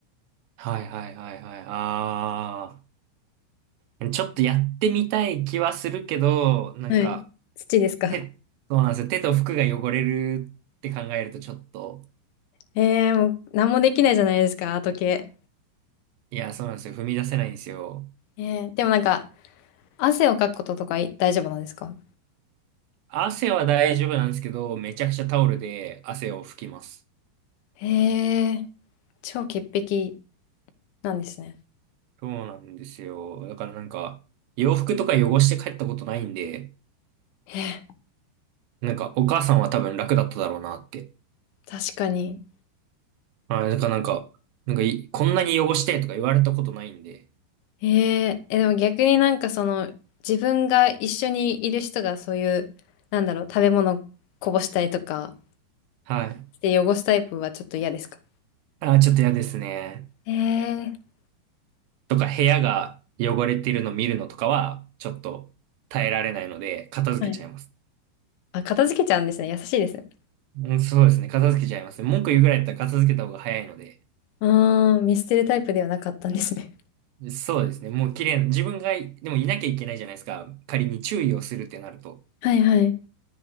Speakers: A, on the right; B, on the left.
A: はいはいはいはい。ああ。ちょっとやってみたい気はするけど、なんか、
B: はい。土ですか
A: 手、そうなんですよ。手と服が汚れるって考えるとちょっと、
B: えー、もう何もできないじゃないですか、時計。
A: いや、そうなんですよ。踏み出せないんですよ。
B: えー、でもなんか、汗をかくこととかい大丈夫なんですか
A: 汗は大丈夫なんですけど、めちゃくちゃタオルで汗を拭きます。
B: えー、超潔癖なんですね。
A: そうなんですよ。だからなんか、洋服とか汚して帰ったことないんで、
B: えー、
A: なんか、お母さんは多分楽だっただろうなって。
B: 確かに。
A: はい。だからなんか、なんかい、こんなに汚してとか言われたことないんで、
B: えー、え、でも逆になんかその、自分が一緒にいる人がそういう、なんだろう、食べ物こぼしたりとか、
A: はい。
B: で汚すタイプはちょっと嫌ですか
A: ああ、ちょっと嫌ですね。
B: えー、
A: とか部屋が汚れてるの見るのとかは、ちょっと耐えられないので、片付けちゃいます。
B: はいあ、片付けちゃうんですね。優しいですね。
A: うん、そうですね。片付けちゃいますね。文句言うぐらいだったら片付けた方が早いので。
B: あー、見捨てるタイプではなかったんですね。
A: そうですね。もう綺麗な、自分がい、でもいなきゃいけないじゃないですか。仮に注意をするってなると。
B: <laughs> はいはい。